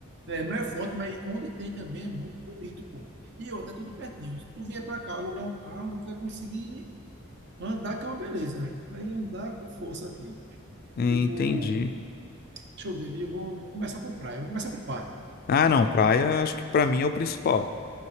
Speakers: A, on the right; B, on the left.
A: É, não é forte, mas onde tem também é muito bonito, pô. E outra, é tudo pertinho. Se tu vier pra cá alugar um carro, tu vai conseguir andar, que é uma beleza. Vai andar com força aqui.
B: Entendi.
A: Tipo, deixa eu ver, Bia, eu vou, vou começar por praia, eu vou começar por parque.
B: Ah, não, praia acho que pra mim é o principal.